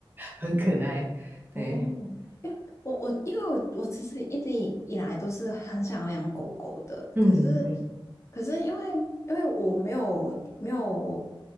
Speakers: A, on the right; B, on the left.
A: 很可爱，对，
B: 哦，因为我我因为我我其实一直以以来都是很想要养狗狗的，
A: 嗯。
B: 可是可是因为因为我没有没有